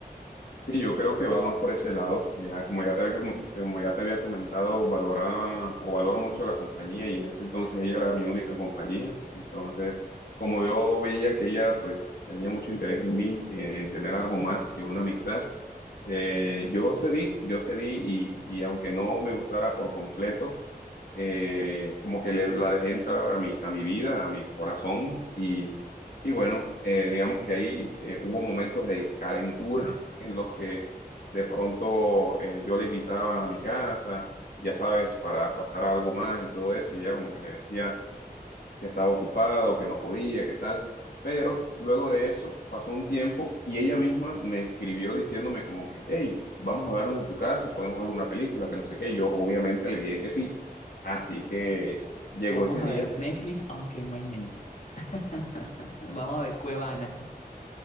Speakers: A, on the left (about 75°); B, on the left (about 50°).
A: Sí, yo creo que va más por ese lado. Ya, como ya te había, com- como ya te había comentado, valoraba o valoro mucho la compañía y en ese entonces ella era mi única compañía. Entonces, como yo veía que ella pues tenía mucho interés en mí, eh, en tener algo más que una amistad, eh, yo cedí, yo cedí y, y aunque no me gustara por completo, eh, como que le- la dejé entrar a mi, a mi vida, a mi corazón y bueno, eh, digamos que ahí eh, hubo momentos de calentura <laughs> en los que de pronto eh, yo la invitaba a mi casa, ya sabes, para pasar algo más y todo eso, y ella como que me decía que estaba ocupada o que no podía, que tal. Pero luego de eso pasó un tiempo y ella misma me escribió diciéndome como que, hey, vamos a vernos en tu casa, podemos ver una película, que no sé qué. Yo obviamente le dije que sí, así que llegó
B: Vamos
A: ese
B: a
A: día.
B: ver Netflix, aunque no hay Netflix.
A: mm,
B: <laughs> Vamos a ver Cuevana.